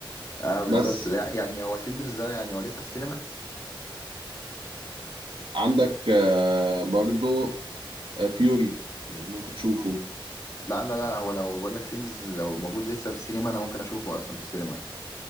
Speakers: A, on the left (about 35°); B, on the right (about 75°).
A: اه بالظبط
B: بس
A: لا يعني هو سينرز ده يعني هو لسه في السينما
B: عندك آه، برضو آه، فيوري ممكن تشوفه
A: لا لا لا هو لو بقول لك سينرز لو موجود لسه في السينما انا ممكن اشوفه اصلا في السينما